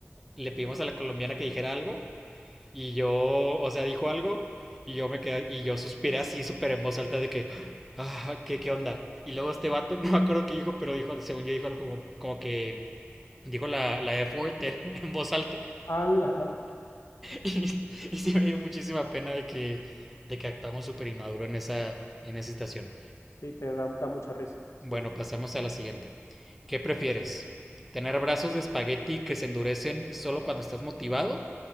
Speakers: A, in the centre; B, on the left.
A: le pedimos a la colombiana que dijera algo Y yo, o sea, dijo algo y yo me quedé, y yo suspiré así súper en voz alta de que, "Ah, ¿qué, qué onda? Y luego este vato, <laughs> no me acuerdo qué dijo, pero dijo, según yo dijo algo como, como que dijo la, la F-word en, <laughs> en voz alta. <laughs>
B: ala,
A: Y, y sí me dio muchísima pena de que, de que actuamos súper inmaduro en esa, en esa situación.
B: <laughs> sí, te da, da mucha risa,
A: Bueno,
B: sí.
A: pasamos a la siguiente. ¿Qué prefieres? ¿Tener brazos de espagueti que se endurecen solo cuando estás motivado?